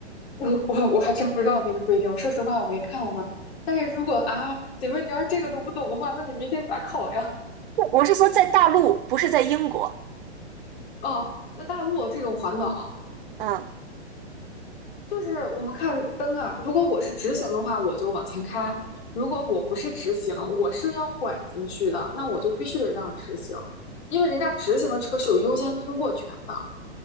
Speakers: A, on the left; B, on the right.
A: 我我我还真不知道那个规定，我说实话我没看到那儿。但是如果啊，姐妹，你要是这个都不懂的话，那你明天咋考呀？
B: 我是说在大陆，不是在英国。
A: 哦，在大陆这种环岛，
B: 嗯
A: 就是我们看灯啊。如果我是直行的话，我就往前开；如果我不是直行，我是要拐进去的，那我就必须得让直行，因为人家直行的车是有优先通过权的。